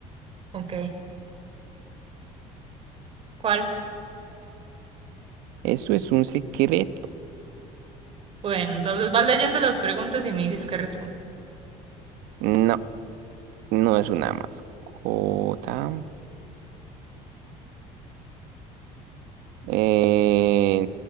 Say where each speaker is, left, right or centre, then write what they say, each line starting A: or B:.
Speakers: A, on the right; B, on the right.
A: Ok, ¿cuál?
B: ¿Eso es un secreto?
A: Bueno, entonces vas leyendo las preguntas y me dices qué responder.
B: No, no es una mascota. Eh,